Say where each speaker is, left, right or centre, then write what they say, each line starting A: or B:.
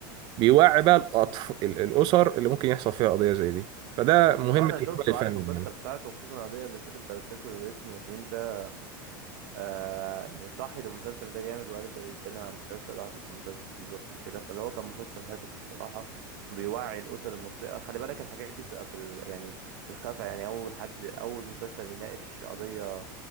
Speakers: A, on the right (about 45°); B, on the right (about 70°).
A: بيوعي بقى الأطف... ال- الأسر اللي ممكن يحصل فيها قضية زي دي فده مهمة
B: آه، انا شفته
A: العمل الفني
B: وعارف القصه
A: يعني
B: بتاعته خصوصا القضيه اللي فاتت بتاعت الطفل اللي اسمه ياسين ده آه يعني صحت المسلسل ده جامد وقالت ده بيتكلم عن مسلسل واحدث المسلسل بالظبط وكده فاللي هو كان مسلسل هادف الصراحه بيوعي الاسر المصريه خلي بالك الحاجات دي بتبقى في ال... يعني في الخفا يعني اول حد اول مسلسل يناقش قضيه